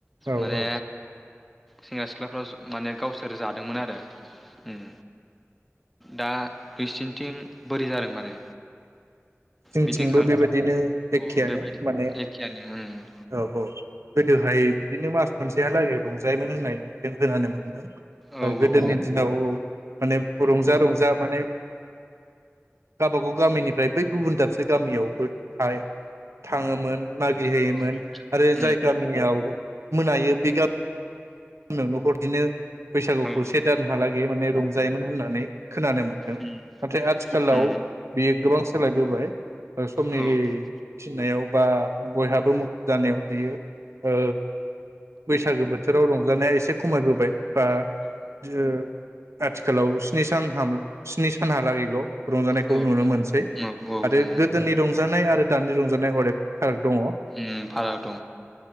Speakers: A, on the right (about 85°); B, in the centre.
A: औ
B: माने
A: औ
B: सेंग्रा सिख्लाफ्रा माने गावसोर जादोंमोन आरो ओम दा इसिनथिं बोरै जादों माने
A: जोंंथिंबो
B: बिदिनो खालामनो
A: बेबाय बिदिनो
B: औ
A: एखेयानो
B: बेबायदि
A: माने
B: एखेयानो
A: औ औ गोदोहाय बिदिनो मास मोनसेहालागै रंजायोमोन होननाय जों खोनानो मोनदों
B: ओं
A: ओ गोदोनि दिनाव औ माने रंजा रंजा माने गावबा गाव गामिनि दाय। गुबुन दाबसे गामियावबो। हाय थाङोमोन मागिहैयोमोन
B: औ
A: आरो
B: औ उम
A: जाय गामियाव मोनायो बे गामि नो न'खरनिनो बैसागुखौ
B: उम औ
A: से दानहालागै माने रं जायोमोन होनना। होननानै खोनानो मोनदों
B: उम
A: नाथाय आथिखालाव
B: उम
A: बियो गोबां सोलायबोबाय ओ समनि
B: औ उम
A: थिननायाव बा बयहाबो मुखुब जानायाव बियो औ बैसागो बोथोराव रं लानाया एसे खमायबोबाय दा बियो आथिखालाव स्नि सान स्नि सानहालागैल' रंजानायखौ
B: औ
A: नुनो मोनसै
B: औ
A: आरो
B: उम
A: गोदोनि रंज रंजानाय आरो दानि रंजानाय अनेक फाराग दङ
B: ओम भारायाव दं।